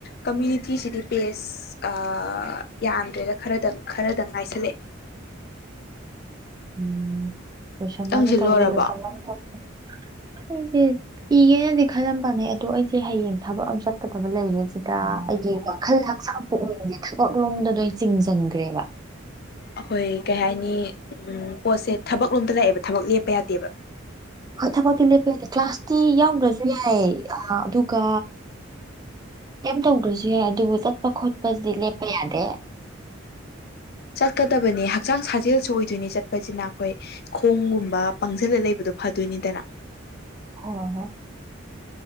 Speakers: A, on the left; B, on the right.
A: ꯀꯃ꯭ꯌꯨꯅꯤꯇꯤꯁꯤꯗꯤ ꯕꯦꯁ ꯌꯥꯟꯗ꯭ꯔꯦꯗ ꯈꯔꯗꯪ ꯈꯔꯗꯪ ꯉꯥꯏꯁꯜꯂꯛꯑꯦ
B: ꯎꯝ ꯂꯣꯏꯁꯟꯅꯕ
A: ꯈꯤꯇꯪꯁꯤ
B: ꯇꯧꯁꯤ
A: ꯂꯣꯏꯔꯕꯣ
B: ꯂꯣꯏꯁꯟꯅꯕ ꯇꯧꯁꯤ ꯑꯩꯁꯦ ꯏꯒꯦꯅꯗꯤ ꯈꯜꯂꯝꯕꯅꯦ ꯑꯗꯣ ꯑꯩꯁꯦ ꯍꯌꯦꯡ ꯊꯕꯛ ꯑꯃ ꯆꯠꯀꯗꯕ ꯂꯩꯔꯤꯕꯁꯤꯗ ꯑꯩꯒꯤ ꯋꯥꯈꯜ ꯍꯆꯥꯡ ꯄꯨꯛꯅꯤꯡꯁꯦ ꯁꯨꯀꯛꯂꯣꯝꯗ ꯆꯤꯡꯁꯤꯟꯈ꯭ꯔꯦꯕ
A: ꯑꯩꯈꯣꯏ ꯀꯩ ꯍꯥꯏꯅꯤ ꯎ ꯄꯣꯠꯁꯦ ꯊꯕꯛ ꯂꯣꯝꯗ ꯂꯥꯛꯑꯦꯕ ꯊꯕꯛ ꯂꯦꯞꯄ ꯌꯥꯗꯦꯕ
B: ꯀꯊ ꯀ ꯂꯦꯄꯗꯦ ꯀ꯭ꯂꯥꯁ ꯇꯤ ꯌꯥꯎꯗ꯭ꯔꯁꯨ ꯌꯥꯏꯌꯦ ꯑꯥ ꯑꯗꯨꯒ ꯀꯩꯝ ꯇꯧꯈ꯭ꯔꯁꯨ ꯌꯥꯏ ꯑꯗꯨꯕꯨ ꯆꯠꯄ ꯈꯣꯠꯄꯁꯤꯗꯤ ꯂꯦꯞꯄ ꯌꯥꯗꯦ
A: ꯆꯠꯀꯗꯕꯅꯦ ꯍꯛꯆꯥꯡ ꯁꯥꯖꯦꯜꯁꯨ ꯑꯣꯏꯗꯣꯏꯅꯤ ꯆꯠꯄꯁꯤꯅ ꯑꯩꯈꯣꯏ ꯈꯣꯡꯒꯨꯝꯕ ꯄꯪꯁꯤꯜꯂ ꯂꯩꯕꯗꯣ ꯐꯗꯣꯏꯅꯤꯗꯅ
B: ꯍꯣꯏ ꯍꯣꯏ